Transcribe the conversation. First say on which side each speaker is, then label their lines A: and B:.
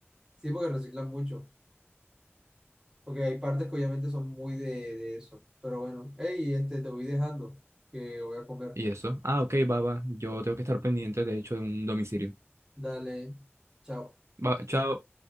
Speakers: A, on the right; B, on the right.
A: Sí, porque reciclan mucho. Porque hay partes que obviamente son muy de, de eso. Pero bueno, hey, este, te voy dejando, que voy a comer.
B: ¿Y eso? Ah, ok, baba. Yo tengo que estar pendiente, de hecho, de un domicilio.
A: Dale, chao.
B: Va, chao.